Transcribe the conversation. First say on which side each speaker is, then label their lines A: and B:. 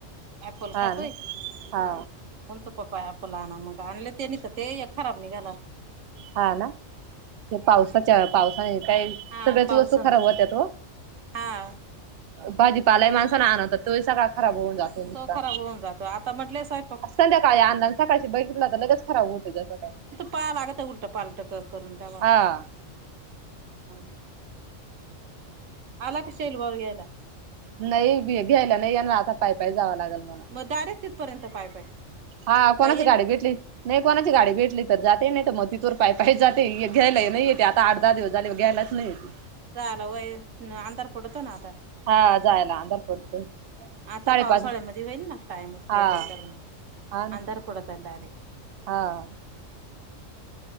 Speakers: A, on the right (about 75°); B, on the right (about 55°).
A: अऍप्पल
B: हा
A: खातोय.
B: ना हा
A: म्हण तू पपा आपला आण मग आणले ते नि ते एक खराब निघाला.
B: हा ना ते पावसाच्या पावसाने काय?
A: हा
B: सगळ्याच
A: पावसामुळे
B: वस्तू खराब होत्यात हो.
A: हा
B: भाजी पालाही माणसाना आणतातो सगळा खराब होऊ जातो. नुसता
A: तो खराब होऊन जातो. आता म्हटले स्वयंपाक
B: संध्याकाळी अंदा आणि सकाळशी बैकितला तर लगेच खराब होतो जसं काय?
A: पा लागत उलट पालट करून त्याव्हा
B: हा
A: ह आला कसे येल वर घ्यायला.
B: नाही घ्यायला नाही याणार आता पायपाय जावा लागेल मग
A: मगडायेट तिथपर्यंत पाय पाय
B: हा कोणाची
A: काय येल
B: गाडी भेटली? नाही कोणाची गाडी भेटली तर जाते नाही तर मग तिथोर पाय पाय जाते घ्याय नाही येते आता आठ दहा दिवस झाले घ्यायला. नाही का
A: सहाला वय अंधार पडतो ना आता
B: हा जायला अंधार पडतोय
A: आता
B: साडेपाच
A: पावसाळ्यामध्ये होईल ना टाइमच
B: हा
A: नंतर
B: हा ना
A: अंधार पडत डायरेक्ट
B: हा
A: हम्म